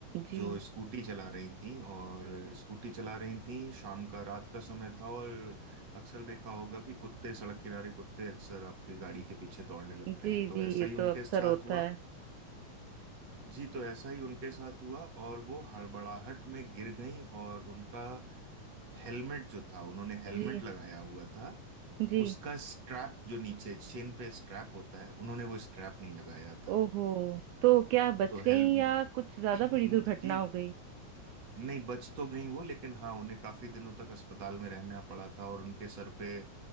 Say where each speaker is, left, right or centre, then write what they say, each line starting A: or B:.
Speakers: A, on the right; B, on the right.
A: जी
B: जो स्कूटी चला रही थी और
A: जी
B: स्कूटी चला रही थी शाम का रात का समय था और अक्सर देखा होगा कि कुत्ते सड़क किनारे कुत्ते अक्सर आपके गाड़ी के पीछे दौड़ने लगते
A: जी
B: हैं तो
A: जी
B: ऐसा
A: ये
B: ही उनके
A: तो अक्सर
B: साथ
A: होता
B: हुआ
A: है
B: जी तो ऐसा ही उनके साथ हुआ और वो हड़बड़ाहट में गिर गई और उनका हेलमेट जो था उन्होंने हेलमेट
A: जी
B: लगाया हुआ था
A: जी
B: उसका स्ट्रैप जो नीचे चेन पे स्ट्रैप होता है उन्होंने वो स्ट्रैप नहीं लगाया था
A: ओहो तो क्या बच
B: तो
A: गई
B: हेल
A: या कुछ ज्यादा
B: <clears throat>
A: बड़ी दुर्घटना
B: जी
A: हो गई
B: नहीं बच तो गई वो लेकिन हाँ उन्हें काफी दिनों तक अस्पताल में रहना पड़ा था और उनके सर पे